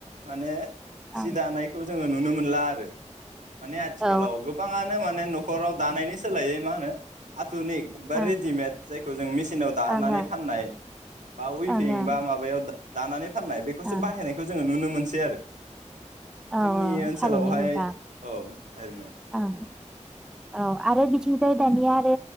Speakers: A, on the right; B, in the centre.
A: माने
B: औ
A: जि दानायखौ जोङो नुनो मोनला आरो माने आथिखालाव
B: औ
A: गोबाङानो माने न खराव दानायनि सोलायै मा होनो धुनिक बा
B: ओं
A: रेडिमेड जायखौ जों मेसिनाव दानानै
B: ओं ओं
A: फाननाय बा उइपिं
B: ओं ओं
A: बा माबायाव दानानै फाननाय बेखौसो
B: ओं
A: बाहायनायखौ जोङो नुनो मोनो सै आरो
B: औ
A: जोंनि
B: औ
A: ओनसोलावहाय
B: थारैनो नोंथां
A: औ थारैनो
B: ओं औ आरो बिथिंजाय दानिया आरो